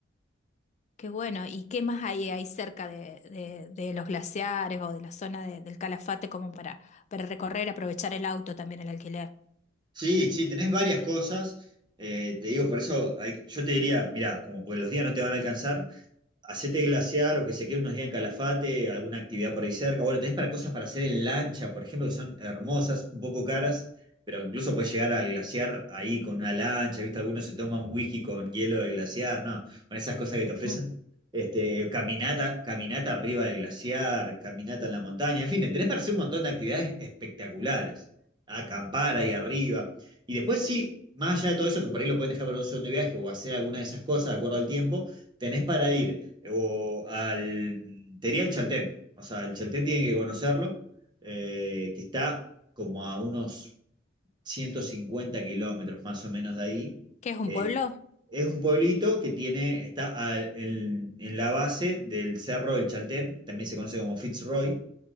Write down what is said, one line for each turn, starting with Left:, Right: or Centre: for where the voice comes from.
Left: Qué bueno. ¿Y qué más hay ahí cerca de, de- de los glaciares o de la zona de- del Calafate como para, para recorrer, aprovechar el auto también, el alquiler?
Right: Sí, sí, tenés varias cosas. eh, te digo, por eso hay que- yo te diría, mirá, como pues los días no te van a alcanzar, hacete glaciar o que se quede unos días en Calafate, alguna actividad por ahí cerca. Bueno, tenés para cosas para hacer en lancha, por ejemplo, que son hermosas, un poco caras, pero incluso podés llegar al glaciar ahí con una lancha, ¿viste? Algunos se toman whisky con hielo de glaciar, no, bueno, esas cosas que te ofrecen.
Left: Ujú.
Right: Este, caminata, caminata arriba del glaciar, caminata en la montaña, en fin, tenés para hacer un montón de actividades espectaculares, acampar ahí arriba. Y después sí, más allá de todo eso, que por ahí lo pueden dejar para un segundo viaje o hacer alguna de esas cosas de acuerdo al tiempo, tenés para ir o al, te diría el Chaltén, o sea, el Chaltén tienen que conocerlo, eh, que está como a unos 150 kilómetros más o menos de ahí.
Left: ¿Qué es un
Right: Eh,
Left: pueblo?
Right: es un pueblito que tiene, está a- en, en la base del cerro del Chaltén, también se conoce como Fitzroy,